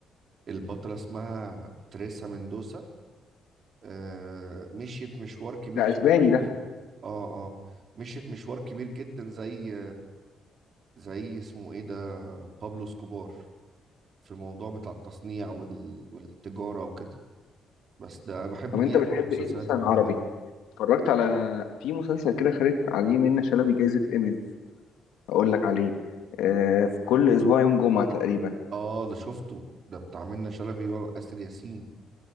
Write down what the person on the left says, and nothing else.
ده
اسباني
ده
طب
انت
بتحب
ايه مثلا
عربي اتفرجت على في مسلسل كده خدت عليه منة شلبي جايزة ايميز اقول لك عليه آه في كل اسبوع يوم جمعة تقريبا